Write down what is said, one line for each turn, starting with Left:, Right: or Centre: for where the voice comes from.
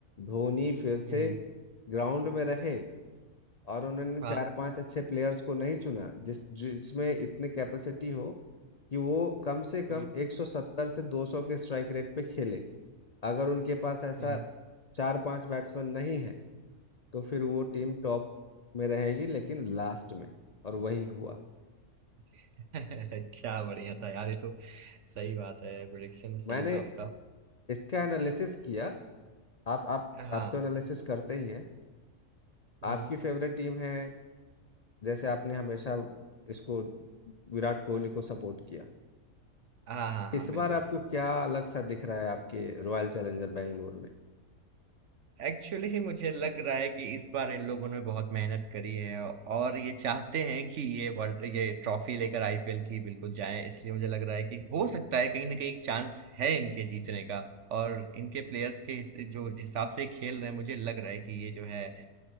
Left: धोनी फिर से
Right: हम्म
Left: ग्राउंड में रहे और उन्होंने चार
Right: हाँ
Left: पांच अच्छे प्लेयर्स को नहीं चुना जिस जिसमें इतनी कैपेसिटी हो कि वो कम से कम
Right: हम्म
Left: 170 से 200 के स्ट्राइक रेट पे खेले अगर उनके पास ऐसा
Right: हम्म
Left: चार पांच बैट्समैन नहीं है तो फिर वो टीम टॉप में रहेगी लेकिन लास्ट में और वही हुआ
Right: <laughs> क्या बढ़िया था यार ये तो सही बात है प्रिडिक्शन सही
Left: मैंने
Right: था आपका
Left: इसका एनालिसिस किया आप आप
Right: हाँ
Left: आप तो एनालिसिस करते ही है आपकी
Right: हम्म
Left: फेवरेट टीम है जैसे आपने हमेशा इसको विराट कोहली को सपोर्ट किया
Right: हाँ हाँ
Left: इस
Right: हाँ बिल्कुल
Left: बार आपको क्या अलग सा दिख रहा है आपके रॉयल चैलेंजर बेंगलोर में
Right: एक्चुअली ही मुझे लग रहा है कि इस बार इन लोगों ने बहुत मेहनत करी है और ये चाहते हैं कि ये वर्ल्ड ये ट्रॉफी लेकर आईपीएल की बिल्कुल जाएं इसलिए मुझे लग रहा है कि हो सकता है कहीं ना कहीं चांस है इनके जीतने का और इनके प्लेयर्स के हिस- जो जिस हिसाब से खेल रहे हैं मुझे लग रहा है कि ये जो है